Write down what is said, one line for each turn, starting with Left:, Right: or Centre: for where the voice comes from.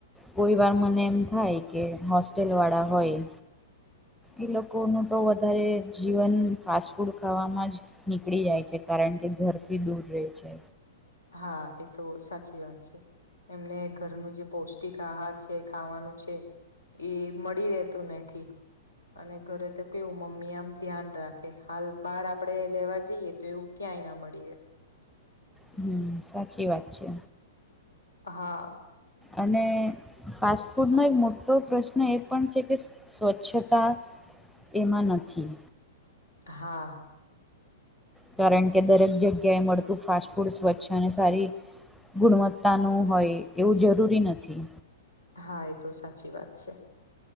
Centre: કોઈ વાર મને એમ થાય કે હોસ્ટેલ વાળા હોય. એ લોકોનું તો વધારે જીવન ફાસ્ટ ફૂડ ખાવામાં જ નીકળી જાય છે કારણ કે ઘરથી દૂર રહે છે.
Left: હા એ તો સાચી વાત છે. એમને ઘરનું જે પૌષ્ટિક આહાર છે ખાવાનું છે. એ મળી રહેતું નથી. અને ઘરે તો કેવું મમ્મી આમ ધ્યાન રાખે હાલ બાર આપડે લેવા જઈએ તો એવું. ક્યાંય ના મળીએ
Centre: હમ સાચી વાત છે.
Left: હા.
Centre: અને. ફાસ્ટ ફૂડ નો એક મોટો પ્રશ્ન એ પણ છે કે સ્વચ્છતા એમાં નથી.
Left: હા
Centre: કારણ કે દરેક જગ્યાએ મળતું ફાસ્ટ ફૂડ સ્વચ્છ અને સારી ગુણવત્તાનું હોય એવું જરૂરી નથી.
Left: હા એ તો સાચી વાત છે.